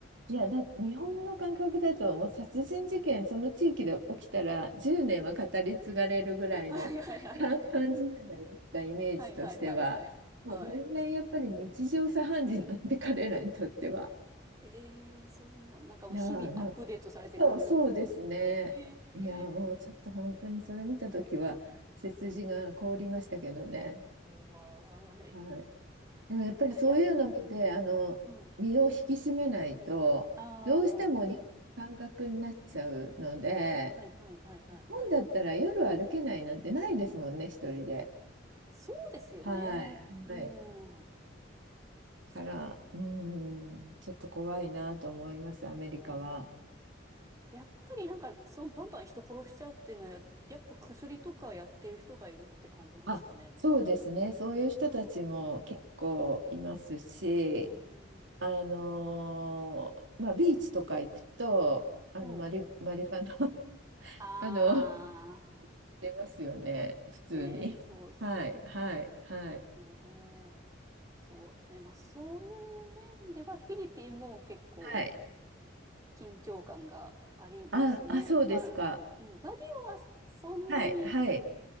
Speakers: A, on the right (about 75°); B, on the right (about 20°).
A: いや、だ、日本の感覚だと、もう殺人事件、その地域で起きたら、10年は語り継がれるぐらいの
B: うんはいはいはいはい。
A: <laughs> か感じじゃないですか、イメージとしては。
B: はいはいはいはい。
A: もう全然やっぱり日常茶飯事なんで、
B: はい。うん
A: 彼らにとっては。
B: ええー、そう、なんかもう日々アップデートされていく感
A: いやーな、そう、そうですね。
B: じ。
A: いやー、
B: ええ
A: もうちょっと本当にそれ見たときは、
B: ー、うん
A: 背筋が凍りましたけどね。
B: 怖い。
A: はい。でもやっぱりそういうの見て、
B: ねえ、あ、いや、うん、
A: あの、
B: はい。
A: 身を引き締めないと、
B: あー
A: どうしても日本の感覚になっちゃうので、
B: あ、はい、はい、はい、はい、
A: 日本だったら夜歩けないなんてないですもんね、
B: はい。
A: 一人で。
B: そうですよね。
A: はい。
B: うん、
A: はい。
B: そうなの。
A: から、うん、
B: うん、
A: ちょっと怖いなと思います、アメリカは。
B: うんうんやっぱりなんか、そう、バンバン人殺しちゃうっていうのはや、やっぱ薬とかやってる人がいるって感じなんですかね。
A: あ、そうですね。そういう人たちも結構いますし、
B: うん、うん、
A: あのーまあ、ビーチとか行くと、あのマリ、
B: はい。
A: マリファナ <laughs>
B: ああ、
A: あの、出ますよね。普通に。
B: ねえ、そうですね。
A: はい、はい、はい。
B: ねえ、そうね。まあ、そういう面では、フィリピンも結構、
A: はい。
B: 緊張感がありますね。
A: あ、あ、そうですか。
B: まあ、うんバリオはそんなに
A: はい、はい、